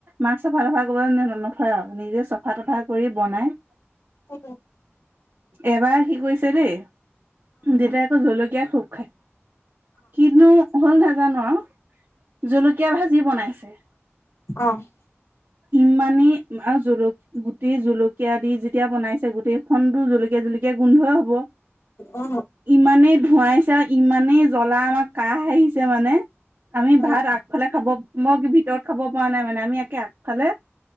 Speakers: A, on the right (about 55°); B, on the left (about 70°).
A: মাক্ক চফা তফা কৰিব নথয় আৰু নিজে চফা তফা কৰি বনাই
B: উ
A: এবাৰ কি কৰিছে দেই দেউতাই আকৌ জলকীয়া খুব খায় কিনো হ'ল নাজানো আৰু জলকীয়া ভাজি বনাইছে
B: অ
A: ইমানি জক গুটি জলকীয়া দি যেতিয়া বনাইছে ছে গোটেইখননো জলকীয়া জলকীয়া গোন্ধই হব
B: অ
A: ইমানেই ধৱাইছে আৰু ইমানেই জ্বলা আমাৰ কাহ আহিছে মানে আমি
B: উম
A: ভাত আগফালে খাব মই ভিতৰত খাব পৰা নাই মানে আমি একে আগফালে